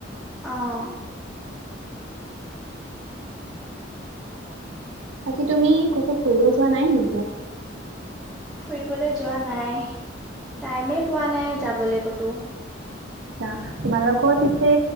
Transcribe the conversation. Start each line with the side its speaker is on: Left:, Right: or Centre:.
Centre: অঁ।
Right: বাকী তুমি ক'তো ফুৰিব যোৱা নাই নি এতিয়া?
Centre: ফুৰিবলে যোৱা নাই। টাইমেই পোৱা নাই যাবলে ক'তো।
Right: আচ্ছা। তোমালোকৰ পিছে